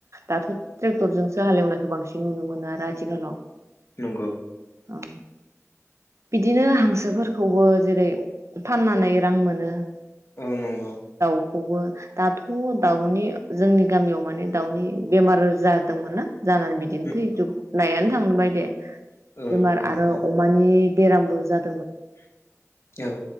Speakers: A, on the right; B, on the left.
A: दाथ ट्रेक्टरजोंसो हालेवनायखो बांसिन नुनो मोनो आरो आथिखालाव ।
B: नंगौ
A: ओं बिदिनो हांसोफोरखौबो जेरै फाननानै रां मोनो ।
B: औ नंगौ
A: खौबो दाथ दाउनि जोंनि गामियाव माने दाउनि बेमार जादोंमोन ना? जानानै बिदिनो
B: उम,
A: थैजुब नायानो थांनोबाय दे
B: औ
A: बेमार
B: औ
A: आरो
B: औ
A: अमानि बेरामबो जाद
B: औ